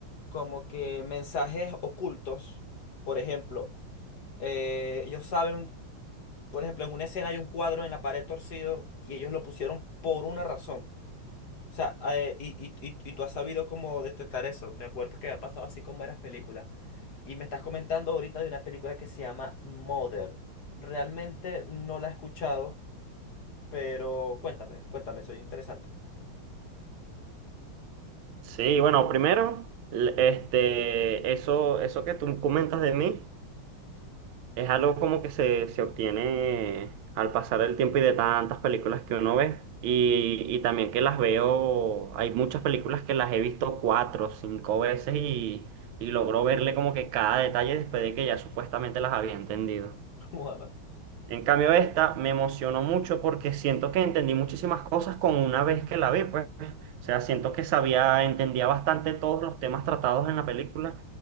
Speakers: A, on the left; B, on the right.
A: como que mensajes ocultos. Por ejemplo, eh, ellos saben, por ejemplo, en una escena hay un cuadro en la pared torcido y ellos lo pusieron por una razón. O sea, eh, y, y, y, y tú has sabido cómo detectar eso. Me acuerdo que ha pasado así con varias películas. Y me estás comentando ahorita de una película que se llama Mother. Realmente no la he escuchado, pero cuéntame, cuéntame, soy interesante.
B: sí, bueno, primero, l- este, eso, eso que tú comentas de mí. Es algo como que se, se obtiene al pasar el tiempo y de tantas películas que uno ve. Y, y también que las veo, hay muchas películas que las he visto cuatro, cinco veces y, y logro verle como que cada detalle después de que ya supuestamente las había entendido.
A: <laughs> Mother.
B: En cambio, esta me emocionó mucho porque siento que entendí muchísimas cosas con una vez que la vi, pues. O sea, siento que sabía, entendía bastante todos los temas tratados en la película,